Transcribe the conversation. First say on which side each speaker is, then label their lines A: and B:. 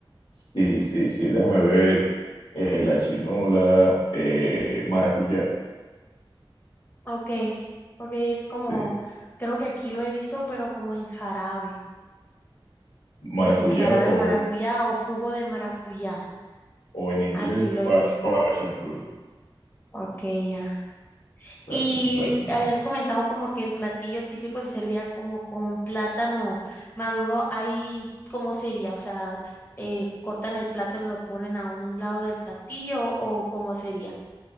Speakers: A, on the left; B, on the left.
A: Sí, sí, sí, déjame ver. eh, la chinola, eh, maracuyá,
B: Ok, ok, es como,
A: sí,
B: creo que aquí lo he visto, pero como en jarabe,
A: maracuyá
B: así, jarabe
A: o,
B: de maracuyá o jugo de maracuyá,
A: o en inglés
B: así lo he
A: pa-
B: visto.
A: passion fruit,
B: Ok, ya.
A: exacto,
B: Y
A: esa es la chinola.
B: habías comentado como que el platillo típico se servía como con plátano maduro. Ahí, ¿cómo sería? O sea, eh, cortan el plátano y lo ponen a un lado del platillo o cómo sería.